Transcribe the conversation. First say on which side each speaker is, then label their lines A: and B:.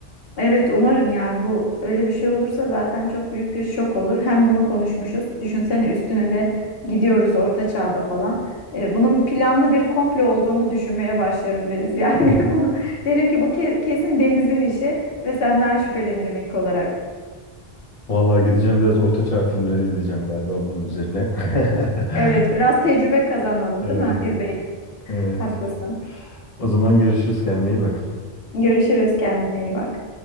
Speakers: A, on the left; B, on the left.
A: Evet umarım yani bu öyle bir şey olursa zaten çok büyük bir şok olur. Hem bunu konuşmuşuz. Düşünsene üstüne de gidiyoruz orta çağda falan. Ee, bunun planlı bir komplo olduğunu düşünmeye başlarım Deniz. <laughs> Yani
B: <laughs>
A: bunu derim ki bu ke- kesin Deniz'in işi ve senden şüphelenirim ilk olarak.
B: Vallahi gideceğim biraz orta çağ filmleri izleyeceğim galiba bunun üzerine. <laughs>
A: Evet biraz tecrübe kazanalım
B: Evet,
A: değil mi? İzleyip
B: evet.
A: haklısın.
B: O zaman görüşürüz kendine iyi bak.
A: Görüşürüz kendine iyi bak.